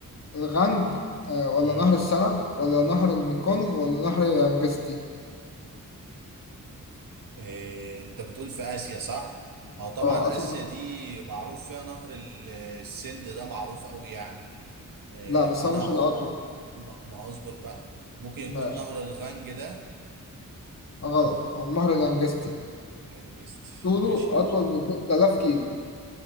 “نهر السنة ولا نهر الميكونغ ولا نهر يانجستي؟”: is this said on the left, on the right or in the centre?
Left